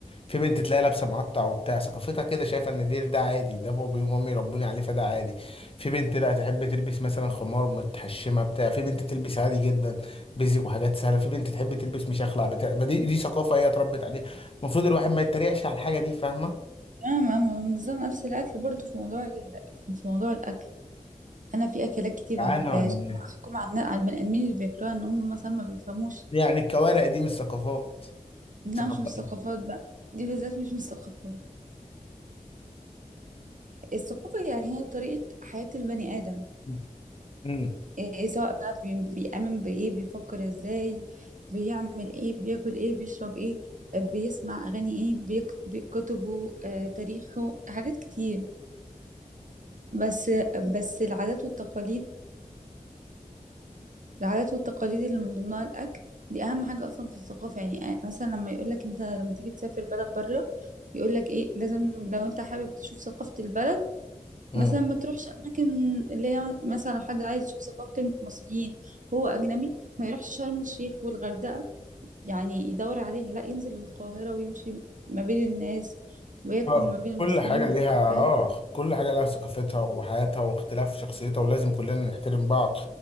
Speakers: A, on the left; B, on the right.
A: في بنت تلاقي لابسه معطع وبتاع ثقافتها كده شايفه ان ده ده عادي ده بابي ومامي ربوني عليه فده عادي في بنت لا تحب تلبس مثلا خمار متحشمه بتاع في بنت تلبس عادي جدا بيزك وحاجات سهله في بنت تحب تلبس مشخلع بتاع ما دي دي ثقافه هي اتربت عليها المفروض الواحد ما يتريقش على الحاجه دي فاهمه
B: تمام أنا بالظبط نفس الاكل برضو في موضوع ال... في موضوع الاكل انا في اكلات كتير
A: جعانة
B: ما بحبهاش
A: ولا
B: اروح
A: ايه؟
B: احكم على النا- على البني ادمين اللي بياكلوها ان هم مثلا ما بيفهموش
A: يعني الكوارع دي مش ثقافات
B: انها
A: ثقافات
B: مش من الثقافات بقى دي بالذات مش من الثقافات الثقافه يعني هي طريقه حياه البني ادم
A: <laughs> امم
B: إيه إيه، سواء بقى بي... بيامن بايه بيفكر ازاي بيعمل ايه بياكل ايه بيشرب ايه بيسمع اغاني ايه بيك... بكتبه آه... تاريخه حاجات كتير بس بس العادات والتقاليد العادات والتقاليد اللي من ضمنها الأكل دي أهم حاجة أصلا في الثقافة يعني أ- مثلا لما يقولك أنت لما تيجي تسافر بلد بره يقولك إيه لازم لو أنت حابب تشوف ثقافة البلد
A: امم
B: مثلا ما تروحش أماكن اللي هي مثلا لو حد عايز يشوف ثقافة المصريين هو أجنبي ما يروحش شرم الشيخ والغردقة يعني يدور عليها لا ينزل القاهرة ويمشي ما بين الناس وياكل
A: اه
B: ما بين المصريين
A: كل حاجة
B: وكده
A: ليها
B: فاهم
A: اه كل حاجة ليها ثقافتها وحياتها واختلاف شخصيتها ولازم كلنا نحترم بعض